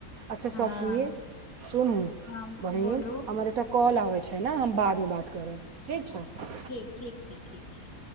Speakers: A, on the right (about 60°); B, on the left (about 65°).
A: अच्छा
B: हँ
A: सखी सुनू
B: हम
A: बहिन
B: बोलू
A: हमर एकटा कॉल आबै छै ने हम बादमे बात करब ठीक छै
B: ठीक ठीक छै ठीक छै